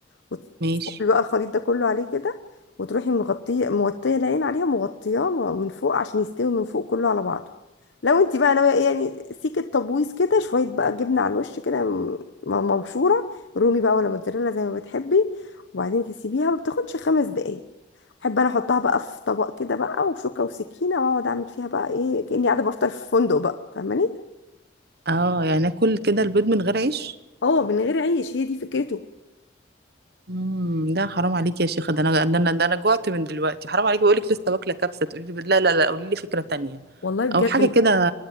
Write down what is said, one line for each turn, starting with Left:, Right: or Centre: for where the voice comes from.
Left: وتصبي
Right: ماشي
Left: بقى الخليط ده كله عليه كده وتروحي مغطيه موطيه العين عليها مغطياه م- من فوق عشان يستوي من فوق كله على بعضه لو انت بقى ناويه ايه يعني سيكه تبويض كده شويه بقى جبنه على الوش كده م- م- مبشوره رومي بقى ولا موتزاريلا زي ما بتحبي وبعدين تسيبيها ما بتاخدش خمس دقايق احب انا احطها بقى في طبق كده بقى وشوكه وسكينه واقعد اعمل فيها بقى ايه كاني قاعده بفطر في فندق بقى فاهماني
Right: اه يعني اكل كده البيض من غير عيش
Left: اه من غير عيش هي دي فكرته
Right: امم ده حرام عليك يا شيخه ده انا ده انا ده انا جوعت من دلوقتي حرام عليكي بقول لك لسه واكله كبسه تقولي لي بيض. لا لا لا قولي لي فكره تانية
Left: والله بجد
Right: او حاجه كده